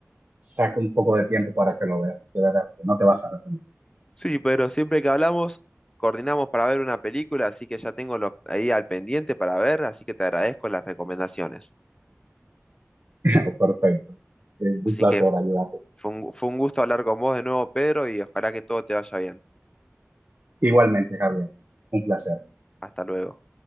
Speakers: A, on the right; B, on the left.
A: saca un poco de tiempo para que lo veas. De verdad, que no te vas a arrepentir.
B: Sí, pero siempre que hablamos, coordinamos para ver una película, así que ya tengo los, ahí al pendiente para ver, así que te agradezco las recomendaciones.
A: <laughs> Perfecto. Es
B: Así
A: un placer
B: que
A: ayudarte.
B: fue un, fue un gusto hablar con vos de nuevo, Pedro, y ojalá que todo te vaya bien.
A: Igualmente, Javier. Un placer.
B: Hasta luego.